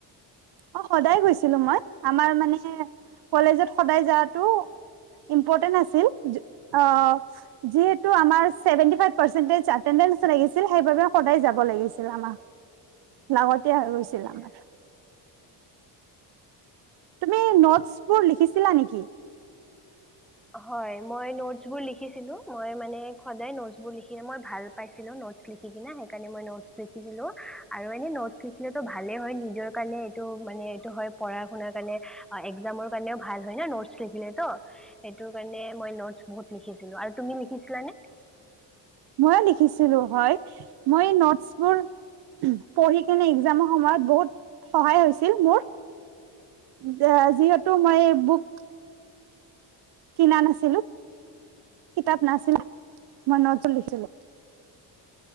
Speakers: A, on the right; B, in the centre.
A: অ' সদায় গৈছিলোঁ মই, আমাৰ মানে কলেজত সদায় যোৱাটো ইম্পৰ্টেন্ট আছিল যি, অ', অ'। যিহেতু আমৰ চেভেণ্টি ফাইভ পাৰ্চেন্টেজ এটেণ্ডেঞ্চ লাগিছিল সেইবাবে সদায়ে যাব লাগিছিল আমাৰ। লাগতিয়া হৈ গৈছিল
B: আচ্ছা।
A: আমাৰ। তুমি ন'টছবোৰ লিখিছিলা নেকি?
B: হয় মই ন'টছবোৰ লিখিছিলোঁ, মই মানে সদায় ন'টছবোৰ লিখি, মই ভাল পাইছিলোঁ ন'টছ লিখি কিনে সেইকাৰণে মই ন'টছ লিখিছিলোঁ আৰু এনেই ন'টছ লিখিলেতো ভালেই হয় নিজৰ কাৰণে এইটো মানে এইটো হয় পঢ়া শুনাৰ কাৰণে আ, এক্সামৰ কাৰণেও ভাল হয় ন' ন'টছ লিখিলে ত' সেইটো কাৰণে মই ন'টছ বহুত লিখিছিলোঁ আৰু তুমি লিখিছিলানে?
A: ময়ো লিখিছিলোঁ হয়, মই ন'টছবোৰ পঢ়ি কিনে এক্সামৰ সময়ত বহুত সহায় হৈছিল মোৰ। যে যিহেতু মই বুক কিনা নাছিলোঁ, কিতাপ নাছিলে, মই ন'টছট লিখিছিলোঁ।